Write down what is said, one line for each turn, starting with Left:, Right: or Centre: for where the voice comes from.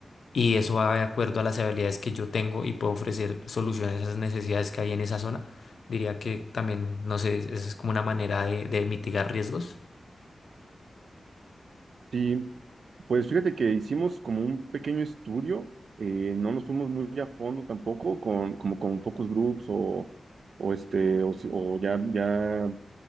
Left: Y eso va de acuerdo a las habilidades que yo tengo y puedo ofrecer soluciones a esas necesidades que hay en esa zona. Diría que también, no sé, esa es como una manera de, de mitigar riesgos.
Right: Sí, Pues fíjate que hicimos como un pequeño estudio, eh, no nos fuimos muy a fondo tampoco con, como con focus groups o, o este, o, si- o ya, ya